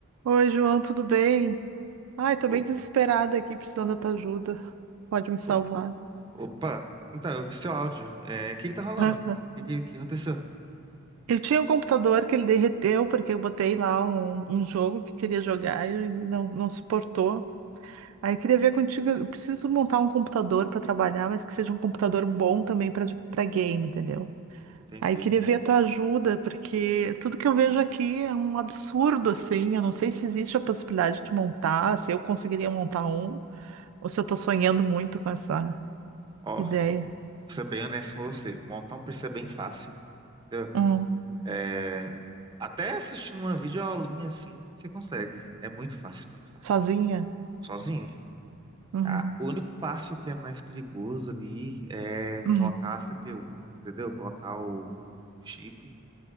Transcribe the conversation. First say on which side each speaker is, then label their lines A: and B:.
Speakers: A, on the right (about 90°); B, on the right (about 20°).
A: Oi, João, tudo bem? Ai, tô
B: O-
A: bem desesperada aqui, precisando da tua ajuda. Pode me salvar.
B: o- Opa, então, eu vi seu áudio. É, o que que tá rolando?
A: <laughs> Aham.
B: O que, que, que aconteceu?
A: Eu tinha um computador que ele derreteu, porque eu botei lá um, um jogo que queria jogar e não, não suportou. Aí queria ver contigo, eu preciso montar um computador para trabalhar, mas que seja um computador bom também para para game, entendeu?
B: Entendi.
A: Aí queria ver a tua ajuda, porque tudo que eu vejo aqui é um absurdo, assim. Eu não sei se existe a possibilidade de montar, se eu conseguiria montar um, ou se eu tô sonhando muito com essa.
B: Ó,
A: Ideia.
B: vou ser bem honesto com você. Montar um PC é bem fácil. entendeu?
A: Hum.
B: É, até assistindo uma videoaulinha assim, você consegue. É muito fácil, muito fácil.
A: Sozinha?
B: Sozinha.
A: Uhum.
B: Ah, o único passo que é mais perigoso ali é
A: Uhum.
B: colocar a CPU, entendeu? Colocar o chip.